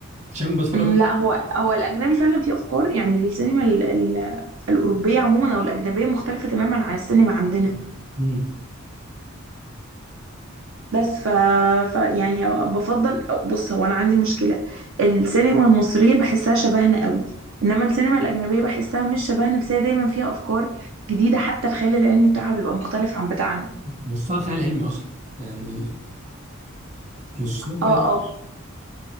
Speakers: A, on the right (about 35°); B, on the right (about 65°).
A: عشان بتفرج
B: أمم، لا هو هو الاجنبي فعلا فيه افكار يعني السينما ال... ال... الاوروبية عموما او الاجنبية مختلفة تماما عن السينما عندنا
A: مم.
B: بس ف... ف يعني بفضل أو بص هو انا عندي مشكله السينما المصريه بحسها شبهنا قوي انما السينما الاجنبيه بحسها مش شبهنا بس هي دايما فيها افكار جديده حتى الخيال العلمي بتاعها بيبقى مختلف عن بتاعنا
A: نصها خيال علمي اصلا يعني نصها خيال-
B: اه اه